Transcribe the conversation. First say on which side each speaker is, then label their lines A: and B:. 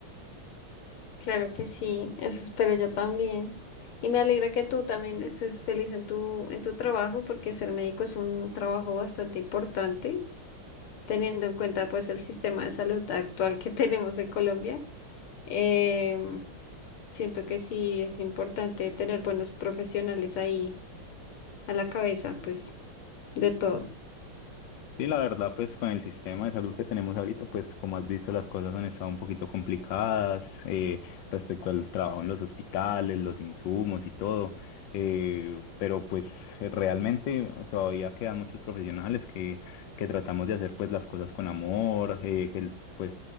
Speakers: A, on the left; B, on the left.
A: Claro que sí, eso espero yo también. Y me alegra que tú también estés feliz en tu, en tu trabajo, porque ser médico es un trabajo bastante importante, teniendo en cuenta pues el sistema de salud actual que <laughs> tenemos en Colombia. Em, Siento que sí es importante tener buenos profesionales ahí a la cabeza, pues de todo.
B: Sí, la verdad, pues con el sistema de salud que tenemos ahorita, pues como has visto, las cosas han estado un poquito complicadas eh, respecto al trabajo en los hospitales, los insumos y todo. Eh, pero pues eh, realmente todavía quedan muchos profesionales que, que tratamos de hacer pues las cosas con amor, eh, que el- pues